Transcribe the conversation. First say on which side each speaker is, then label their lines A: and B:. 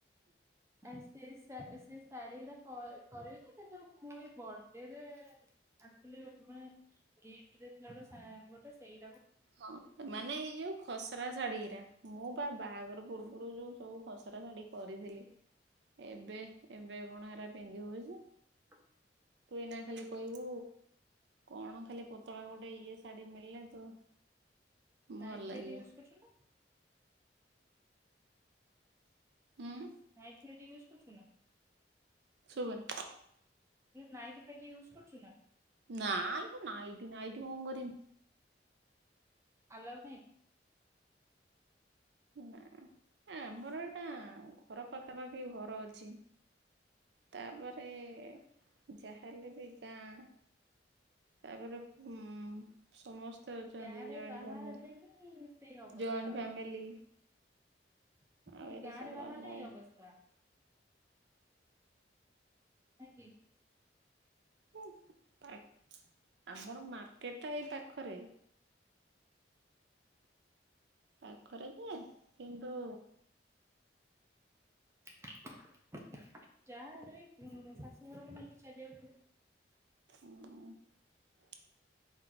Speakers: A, on the right; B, on the right.
A: ଆ ସେ ସେ ଶାଢୀଟା କରିବେ ନା କିନ୍ତୁ ମୁଁ ଏ ବଡେରେ ଆଣିଥିଲେ ଗିଫ୍ଟ ଦେଇଥିଲା ଗୋଟେ ସାଙ୍ଗ ଟେ, ସେଇ
B: ହଁ ମାନେ, ଏଇ ଯୋଉ ଖସରା ଶାଢୀ ମୁଁ ବା ବାହାଘର ପୂର୍ବ ରୁ ଯୋଉ ସବୁ ଖସରା ଶାଢୀ କରିଥିଲି। ଏବେ ଏବେ କଣ ହେରା ପିନ୍ଧି ହଉଛି?
A: ହ <inaudible>
B: ତୁନା ଖାଲି କହିବୁ, କଣ ଖାଲି ପତଳା ଗୋଟେ ଇଏ ଶାଢୀ ମିଳିଲେ ତୁ ଭଲ
A: ନାଇଟ୍
B: ଲାଗିବ
A: ୟୁଜ୍ କରୁଛ ନା?
B: ଉଁ
A: ନାଇଟ ୟୁଜ କରୁଛୁ ନା?
B: ଶୁଭୁନି
A: ନାଇଟି ଫାଇଟ ୟୁଜ କରୁଛୁ ନା?
B: ନାଆଲୋ ନାଇଟି, ନାଇଟି କଣ କରିବି?
A: ଆଲାଉ ନାହିଁ?
B: ନା ନା ଆମର ଏଇଟା ଘର ପାଖାପାଖି ଘର ଅଛି। ତାପରେ ଯା ଯାହାହେଲେ ବି ଗାଁ ତାପରେ ଉଁ ସମସ୍ତେ ଅଛନ୍ତି
A: ଗାଁରେ
B: ଜଏଣ୍ଟ
A: ବାହା
B: ଫ୍ୟାମିଲି
A: ହେଲେ ବି ସେଇ ଅବସ୍ଥା
B: ଜଏଣ୍ଟ
A: ହବ।
B: ଫ୍ୟାମିଲି
A: ମୁଁ
B: ଆଉ
A: କହିଲି
B: ଏରା
A: ଗାଁରେ
B: ସବୁ
A: ବାହା
B: ଆଲାଉ
A: ହେଲେ
B: ନାହିଁ
A: ଏଇ ଅବସ୍ଥା। ନାଇଁ କି।
B: ଉଁ ପାଗ ଆମର ମାର୍କେଟ ଟା ଏଇ ପାଖରେ ପାଖରେ ଯେ କିନ୍ତୁ
A: <inaudible> ଯାହାହେଲେ ବି ମୋ ଶାଶୂଘରକୁ ନେଇକି ଚାଲିବାକୁ ପଡିବ।
B: ହୁଁ।